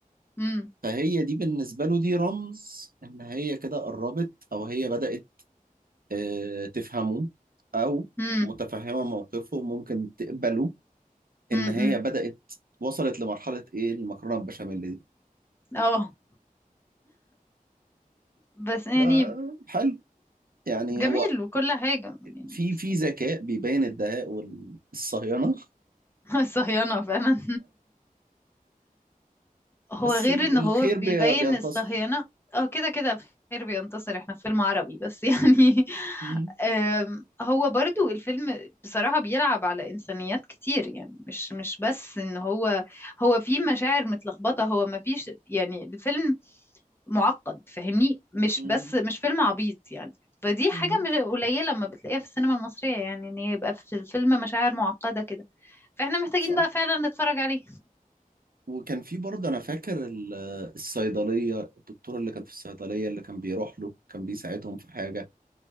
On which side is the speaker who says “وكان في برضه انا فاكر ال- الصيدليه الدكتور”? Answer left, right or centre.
Right